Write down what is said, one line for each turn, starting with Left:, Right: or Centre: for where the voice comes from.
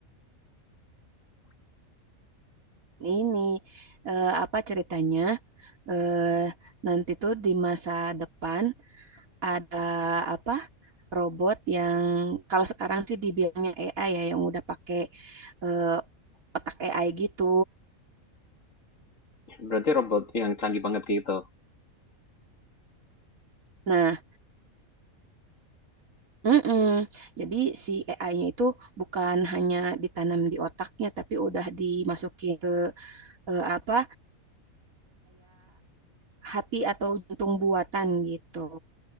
Right: Ini eh, apa ceritanya? eh nanti tuh di masa depan ada apa robot yang kalau sekarang sih dibilangnya AI ya yang udah pakai eh, otak AI gitu.
Left: Berarti robot yang canggih banget gitu.
Right: Nah, mm-mm. Jadi si AI-nya itu bukan hanya ditanam di otaknya, tapi udah dimasukin ke eh, apa hati atau jantung buatan gitu.